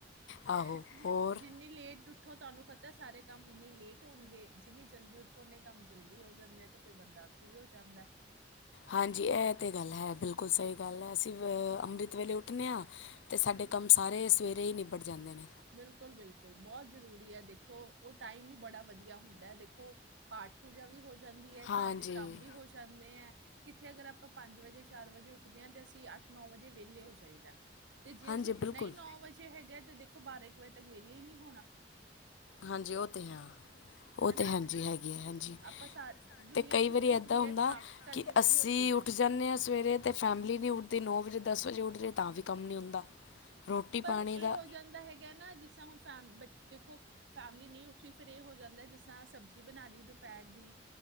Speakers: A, on the left; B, on the right.
A: ਆਹੋ
B: ਹ ਜੀ
A: ਹੋਰ
B: ਜਿੰਨੀ ਲੇਟ ਉੱਠੋ ਤੁਹਾਨੂੰ ਪਤ ਤਂ ਸਾਰੇ ਕੰਮ ਉਨੀ ਲੇਟ ਹੋਣਗੇ, ਜਿੰਨੀ ਜਲਦੀ ਉੱਠੋ ਉਨੇ ਕੰਮ ਜਲਦੀ ਹੋ ਜਾਂਦੇ ਆ, ਤੇ ਫੇਰ ਬੰਦਾ ਫ੍ਰੀ ਹੋ ਜਾਂਦ ਹੁੰਦੈ।
A: ਹਾਂਜੀ ਐ ਤੇ ਗੱਲ ਹੈ, ਬਿਲਕੁਲ ਸਹੀ ਗੱਲ ਐ, ਅਸੀਂ ਵਅ ਅੰਮ੍ਰਿਤ ਵੇਲੇ ਉੱਠਣੇ ਆਂ, ਤੇ ਸਾਡ ਡੇ ਕੰਮ ਸਾਰੇ ਸਵੇਰੇ ਹੀ ਨਿਬੜ ਜਾਂਦੇ ਨੇ।
B: ਬਿਲਕੁਲ ਬਿਲਕੁਲ ਬੋਤ ਜਰੂਰੀ ਹੈ, ਦੇਖੋ ਓਹ ਟਾਈਮ ਈ ਬੜਾ ਵਧੀਆ ਹੁੰਦੈ, ਦੇਖੋ ਪਾ ਪਾਠ ਪੂਜਾ ਵੀ ਹੋ ਜਾਂਦੀ ਹੈ
A: ਹਾਂਜੀ
B: ਘਰ ਦੇ ਕੰਮ ਵੀ ਹੋ ਜਾਂਦੇ ਐ। ਕਿੱਥੇ ਅਗਰ ਅਪਾਂ ਪੰਜ ਵਜੇ ਚਾਰ ਵਜੇ ਉੱਠਦੇ ਆਂ ਤੇ ਅਸੀਂ ਅੱਠ ਨੌ ਵਜੇ ਵੇਲੇ ਹੋ ਜਾਈਦੈ। ਤੇ ਜੇ
A: ਹਾਂਜੀ
B: ਅਸੀਂ ਉੱਠਣਾ
A: ਬਿਲਕੁਲ
B: ਹੀ ਨੌ ਵਜੇ ਹੈਗੈ, ਤੇ ਦੇਖੋ ਬਾਰਾਂ ਇੱਕ ਵਜੇ ਤੱਕ ਵੇਲੇ ਈ ਨੀ ਹੋਣਾ।
A: ਹਾਂਜੀ ਓਹ ਤੇ ਹੈ। ਓਹ
B: ਹਨਾ।
A: ਤੇ ਹਾਂਜੀ ਹੈਗੀ ਐਂ, ਹਾਂਜੀ
B: ਆਪਾਂ ਸਾਰ ਦੁਨੀਆ
A: ਤੇ ਕਈ
B: ਸੁੱਤੀ
A: ਵਾਰੀ ਏਦਾਂ
B: ਹੁੰਦੀ
A: ਹੁੰਦਾ
B: ਹੈ ਕੰਮ ਕਰਕੇ
A: ਕਿ ਅੱਸੀ
B: ਵਿਹਲੇ ਹੋ ਜਾਈਦਾ।
A: ਈ ਉੱਠ ਜਾਂਣੇ ਆਂ ਸਵੇਰੇ ਤੇ ਫੈਮਲੀ ਨੀ ਉੱਠਦੀ ਨੌ ਵਜੇ ਦਸ ਵਜੇ ਉੱਠਰੇ ਤਾਂ ਵੀ ਕੰਮ ਨੀ ਹੁੰਦਾ। ਰੋਟੀ ਪਾਣੀ
B: ਪਰ ਏਹ
A: ਦਾ
B: ਹੋ ਜਾਂਦਾ ਹੈਗਾ ਨਾ ਜਿਸ ਤ੍ਹਾਂ ਹੁਣ ਫੈਮ ਬੱਚ ਦੇਖੋ ਫੈਮਿਲੀ ਨੀ ਉੱਠਰੀ ਫੇਰ ਏ ਹੋ ਜਾਂਦੈ ਜਿਸ ਤਰਾ ਸਬਜ਼ੀ ਬਣਾ ਲੀ ਦੁਪੈਰ ਦੀ।